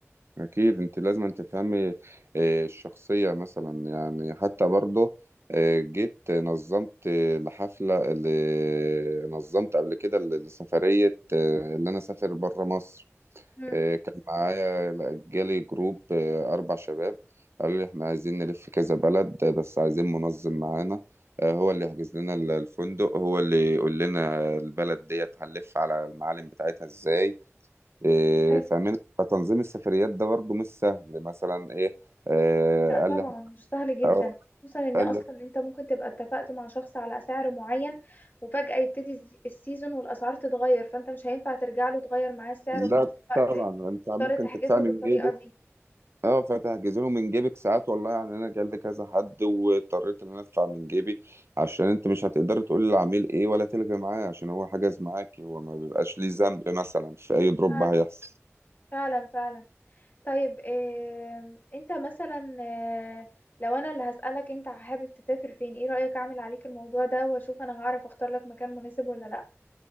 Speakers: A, on the right; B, on the left.
A: اكيد انت لازم أن تفهمي آه، الشخصيه مثلا يعني حتى برضه آه، جيت نظمت الحفله اللي نظمت قبل كده ل- لسفريه آه، اللي انا اسافر بره مصر
B: مم.
A: آه، كان معايا جالي جروب آه، أربع شباب قالوا لي إحنا عايزين نلف كذا بلد آه، بس عايزين منظم معانا آه، هو اللي يحجز لنا ال- الفندق هو اللي يقول لنا البلد ديت هنلف على المعالم بتاعتها إزاي آه،
B: حلو.
A: فاهمين فتنظيم السفريات ده برضو مش سهل مثلا إيه آه،
B: لا طبعا
A: قال لي إحنا-
B: مش سهل جدا
A: أو-
B: خصوصا ان
A: قال
B: اصلا
A: لي
B: انت ممكن تبقى اتفقت مع شخص على سعر معين وفجأة يبتدي الز- السيزون والاسعار تتغير فانت مش هينفع ترجع له تغير معاه السعر
A: لا
B: وفي نفس الوقت
A: طبعا أنت
B: مضطر
A: ممكن
B: تحجز
A: تدفع
B: له
A: من
B: بالطريقة
A: جيبك
B: دي
A: اه فتحجز له من جيبك ساعات والله يعني انا جالي كذا حد واضطريت ان انا ادفع من جيبي عشان انت مش هتقدر تقول للعميل ايه ولا تلغي معاه عشان هو حجز معاك هو ما بيبقاش ليه ذنب مثلا في اي دروب
B: فعلا
A: هيحصل
B: فعلا فعلا طيب إيه انت مثلا آه، لو انا اللي هسألك انت حابب تسافر فين ايه رأيك اعمل عليك الموضوع ده واشوف انا هعرف اختار لك مكان مناسب ولا لا